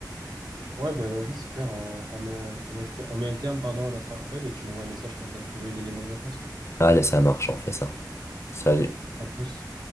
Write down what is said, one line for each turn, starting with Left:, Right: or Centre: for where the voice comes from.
Right: Ouais, ben vas-y, super, on, on met, un- on met, on met un terme, pardon, à notre appel et tu m'envoies un message quand t'as trouvé l'élément de réponse.
Left: Allez, ça marche, on fait ça. Salut.
Right: À plus.